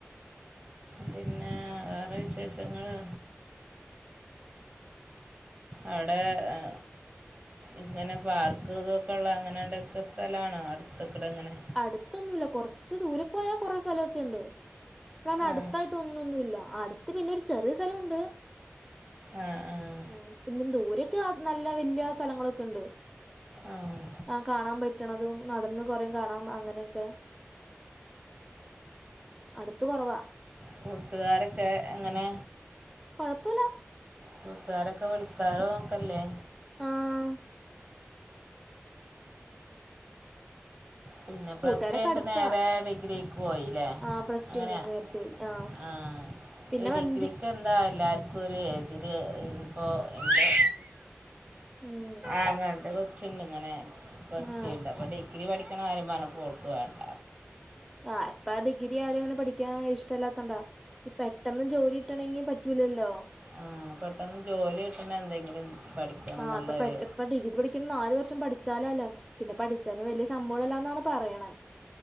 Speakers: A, on the right; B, in the centre.
A: പിന്നെ വേറെ വിശേഷങ്ങള്. അവടെ ഏ ഇങ്ങനെ പാർക്ക് ഇതൊക്കെ ഉള്ള അങ്ങനെണ്ടൊക്കെ സ്ഥലാണോ, അടുത്തക്കടെ ഇങ്ങനെ.
B: അടുത്തൊന്നുല്ല. കൊറച്ച് ദൂരെ പോയാ കൊറെ സലൊക്കെയുണ്ട്. ൻ അടുത്തായിട്ട്
A: ആ
B: ഒന്നൊന്നുല്ല. അടുത്ത് പിന്നെ ഒരു ചെറിയ സലുണ്ട്.
A: ആഹ ആഹ
B: അപ്പൊ പിന്ന ദൂരൊക്കെ നല്ല വല്യ സ്ഥലങ്ങളൊക്കെ ഉണ്ട്.
A: ആഹ്
B: ആ കാണാൻ പറ്റണതും, നടന്ന് കുറെം കാണാം, അങ്ങനെയൊക്കെ. അടുത്ത് കൊറവാ.
A: കൂട്ടുകാരൊക്കെ എങ്ങനെ?
B: കുഴപ്പുല്ല.
A: കൂട്ടുകാരൊക്കെ വിളിക്കാറോക്കല്ലേ?
B: ആഹ
A: പിന്നെ പ്ലസ്
B: കൂട്ടുകാരൊക്കെ
A: ടു കയ്ഞ്ട്ട്
B: അടുത്താ
A: നേരെ ഡിഗ്രിക്ക് പോയില്ലേ.
B: ആ പ്ലസ്
A: അങ്ങനെ
B: ടു കഴിഞ്ഞ് നേരിട്ട് പോയി ആ
A: ആഹ്.
B: പിന്നെ
A: ഈ ഡിഗ്രിക്ക്
B: വന്തി
A: എന്താ എല്ലാര് <unintelligible> എതിര് ഇപ്പോ എ
B: ഉം
A: ആങ്ങൾടെ കൊ ച്ച്ണ്ട് ങ്ങനെ, പ്ലസ്ടു
B: ആ
A: കഴിഞ്ഞിട്ടു. അപ്പോ ഡിഗ്രി പഠിക്കണ കാര്യം പറഞ്ഞപോൾ ഓൾക്ക് വേണ്ട.
B: ആ ഇപ്പ ആ ഡിഗ്രി ആരെങ്കിലും പഠിക്കാൻ ഇഷ്ടല്ലാതൊണ്ടാ. ഇ പെട്ടെന്ന് ജോലി കിട്ടണങ്കിൽ പറ്റൂലല്ലോ.
A: ആഹ പെട്ടെന്ന് ജോലി കിട്ടണ എന്തെങ്കിലും. പഠിക്കണം
B: ആഹ്
A: എന്നുള്ളൊരു
B: അപ്പ പ്പെട്ട ഇപ്പ ഡിഗ്രി പഠി ക്കും നാല് വർഷം പഠിച്ചാലാലോ. പിന്നെ പഠിച്ചാല് വല്യ ശമ്പളംല്ലാന്നാണ് പറയണേ.